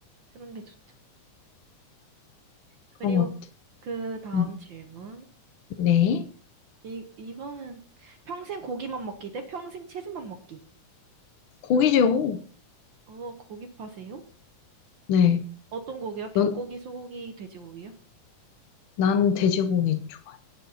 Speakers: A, on the right; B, on the left.
A: 그런 게 좋죠. 그리고
B: 그런 것
A: 그 다음
B: 같아.
A: 질문.
B: 네.
A: 이, 이거는 평생 고기만 먹기 대 평생 채소만 먹기.
B: 고기죠.
A: 어, 고기 파세요?
B: 네.
A: 어떤 고기요? 닭고기,
B: 넌,
A: 소고기, 돼지고기요?
B: 나는 돼지고기 좋아해.